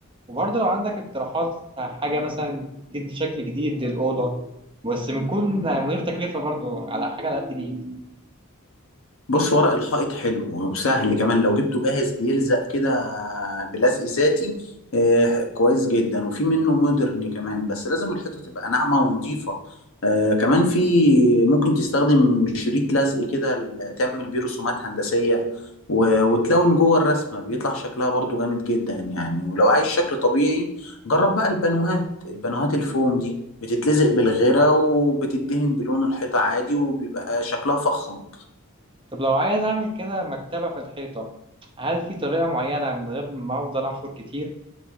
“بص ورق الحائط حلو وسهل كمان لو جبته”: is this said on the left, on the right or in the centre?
Left